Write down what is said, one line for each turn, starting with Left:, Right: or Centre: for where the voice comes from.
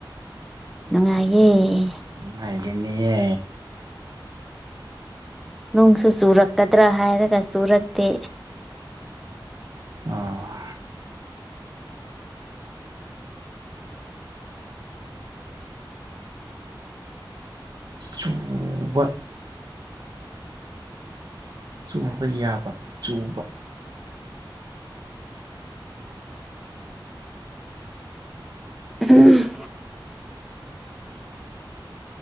Centre: ꯅꯨꯡꯉꯥꯏꯌꯦ
Right: ꯅꯨꯡꯉꯥꯏꯒꯅꯤꯌꯦ
Centre: ꯅꯣꯡꯁꯨ ꯆꯨꯔꯛꯀꯗ꯭ꯔ ꯍꯥꯏꯔꯒ ꯆꯨꯔꯛꯇꯦ
Right: ꯑꯣ ꯆꯨꯕ ꯆꯨꯕ ꯌꯥꯕ ꯆꯨꯕ
Centre: ꯑꯝ